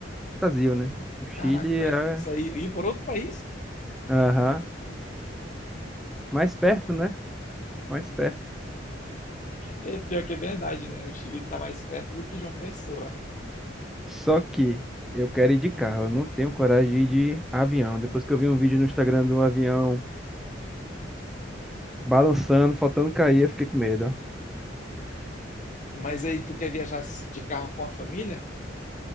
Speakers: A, in the centre; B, on the left (about 40°).
A: Brasil, né? O Chile
B: Caraca, tu vai
A: é,
B: sair ir por outro país?
A: aham, mais perto, né? Mais perto.
B: É, pior que é verdade, né? O Chile tá mais perto do que João Pessoa.
A: Só que eu quero ir de carro, eu não tenho coragem de ir de avião. Depois que eu vi um vídeo no Instagram do avião Balançando, faltando cair, eu fiquei com medo.
B: Mas aí tu quer viajar de carro com a família?